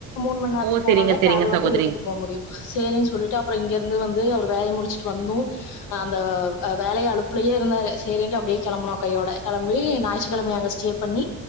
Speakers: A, on the left (about 85°); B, on the right (about 80°).
A: மூணு மண் நேரம்
B: ஓ
A: போனாதா
B: செரிங்க செரிங்க
A: டிரவல் வந்து
B: சகோதரி
A: ஊட்டி போ முடியும் செரின்னு சொல்ட்டு அப்றம் இங்கருந்து வந்து அவர் வேலய முடிச்சுட்டு வந்தோம் அந்த வேலைய அழுப்புலயே இருந்தாரு செரின்ட்டு அப்டியே கெளம்பனும் கையோட கௌம்பி ஞாயித்துக்கழம அங்க ஸ்டே பண்ணி